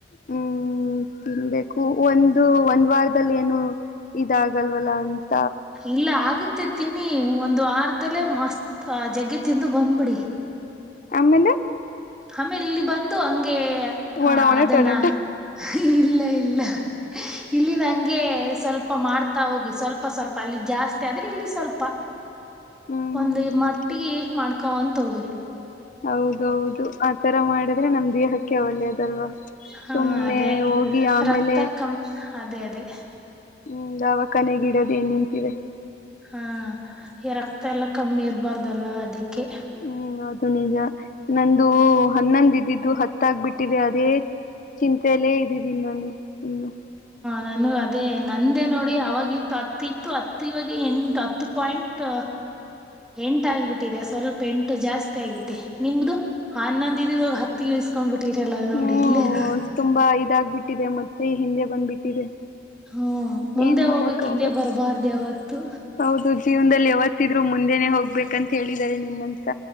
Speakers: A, on the left; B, in the centre.
A: ಹ್ಮ್ ತಿನ್ಬೇಕು ಒಂದು ಒಂದ್ ವಾರದಲ್ಲಿ ಏನು ಇದಾಗಲ್ವಲ್ಲ ಅ
B: ಇಲ್ಲ ಆಗುತ್ತೆ ತಿನ್ನಿ ಒಂದು ಆ ದಲ್ಲೇ ಮಸ್ತ್ ಆ ಜಗ್ಗಿ ತಿಂದು ಬಂದ್ ಬಿಿಡಿ
A: ಆಮೇಲೆ
B: ಆಮೇಲೆ ಇಲ್ಲಿ ಬಂದು ಹಂಗೆ ಹಾ
A: ಒಣ ಒಣ
B: ಅದನ್ನ
A: ಟೊಮೆಟೊ
B: ಇಲ್ಲ ಇಲ್ಲ ಇಲ್ಲಿಂದ ಹಂಗೆ ಸ್ವಲ್ಪ ಮಾಡ್ತ ಹತಾ ಹೋಗಿ ಸ್ವಲ್ಪ ಸ್ವಲ್ಪ ಅಲ್ಲಿ ಜಾಸ್ತಿ ಆದ್ರೆ ಇಲ್ಲಿ ಸ್ವಲ್ಪ
A: ಹ್ಮ್
B: ಒಂದ ಮಟ್ಟಗಿ ಮಾಡ್ಕೊಂತ ಹೋಗ್ರಿ
A: ಹೌದ ಹೌದು ಆ ತರ ಮಾಡಿದ್ರೆ ನಮ್ ದೇಹಕ್ಕೆ ಒಳ್ಳೇದು ಲ್ವಾ
B: ಹಾ
A: ಸುಮ್ನೆ
B: ಅದೇ
A: ಹೋಗಿ ಆಮೇಲೆ
B: ರಕ್ತ ಕಮ್ ಅದೇ ಅದೇ
A: ಹ್ಮ್ ದಾವಕ್ಕನೆಗಿಡೋದ ಏನ್ ನಿಂತಿದೆ
B: ಹಾ ಈ ರಕ್ತ ಎಲ್ಲ ಕಮ್ಮಿ ಇರ್ಬಾರ್ದಲ್ಲ ಅದಿಕ್ಕೆ
A: ಹ್ಮ್ ಅದು ನಿಜ ನಂದು ಹನ್ನೊಂದ ಇದ್ದಿದ್ದು ಹತ್ತಾಗಬಿಟ್ಟಿದೆ ಅದೇ ಚಿ ತಲೆ ಇದ್ದಿದ್ದೀಿ ನಾನು ಇನ್ನು
B: ನನಗ ಅದೇ ನಂದೇ ನೋಡಿ ಅವವಾಗಿ ಇತ್ತು ಹತ್ತ ಇತ್ತು ಹತ್ತು ಇವಾಗ ಎಂಟು ಹತ್ತು ಪಾಯಿಂಟ್ ಎಂಟ ಆಗಬಿಟ್ಟಿದೆ ಸ್ವಲ್ಪ ಎಂಟು ಜಾಸ್ತಿ ಆಗೈತಿ ನಿಮ್ದು ಹನ್ನೊಂದ ಇದಿದ ಹತ್ತು ಗಿಳಿಸಕೊಂಡ್ಬಿಟ್ಟು ಇಟ್ಟೀರಲ್ಲ ನೋಡಿ
A: ಹ್ಮ್
B: ಇಲ್ಲೇ ನಾ
A: ತುಂಬಾ ಇದಾಗಬಿಟ್ಟಿದೆ ಮತ್ತೆ ಹಿಂದೆ ಬಂದ್ಬಿಟ್ಟಿದೆ
B: ಹ್ಮ್ ಮುಂದೆ
A: ಏನ್
B: ಹೋಗ್ಬೇಕಕ್
A: ಮಾಡಕ್ಕ
B: ಹಿಂದೆ
A: ಆಗಲ್ಲ
B: ಬರ್ಬಾರ್ದ ಯಾವತ್ತು
A: ಹೌದು ಜೀವನದಲ್ಲಿ ಯಾವತ್ತು ಹಿದ್ರು ಮುಂದೆನೆ ಹೋಗ್ಬೇಕಂತ ಹೇಳಿದಿದ್ದಾರೆ ನಿಮ್ಮಂತ